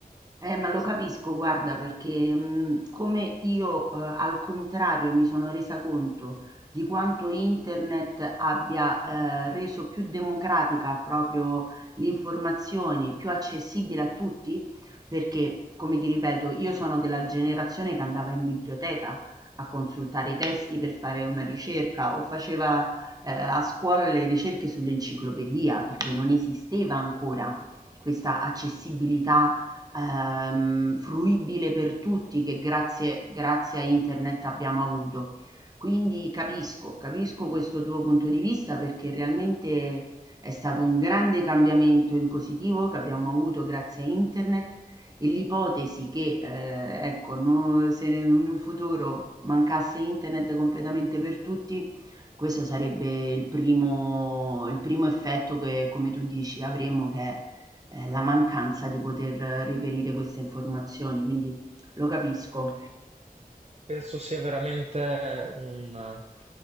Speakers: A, on the right; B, on the right.
A: Eh, ma lo capisco, guarda, perché mh, come io eh, al contrario mi sono resa conto di quanto internet abbia eh, reso più democratica proprio l'informazione, più accessibile a tutti, perché, come ti ripeto, io sono della generazione che andava in biblioteca a consultare i testi per fare una ricerca o faceva eh, a scuola le ricerche sull'enciclopedia, perché non esisteva ancora questa accessibilità ehm, fruibile per tutti che grazie, grazie a internet abbiamo avuto. Quindi capisco, capisco questo tuo punto di vista perché realmente è stato un grande cambiamento in positivo che abbiamo avuto grazie a internet e l'ipotesi che, eh, ecco, no- se in un futuro mancasse internet completamente per tutti, questo sarebbe il primo, il primo effetto che, come tu dici, avremo che è ehm, la mancanza di poter eh, reperire queste informazioni, quindi lo capisco.
B: Penso sia veramente un,